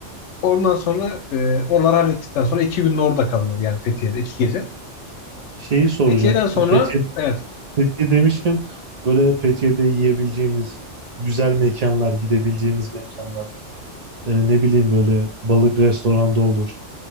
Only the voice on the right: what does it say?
Şeyi soracağım.
Fethiye,
Fethiye demişken böyle Fethiye'de yiyebileceğimiz güzel mekanlar, gidebileceğimiz mekanlar. Ee, ne bileyim böyle balık restoranda olur.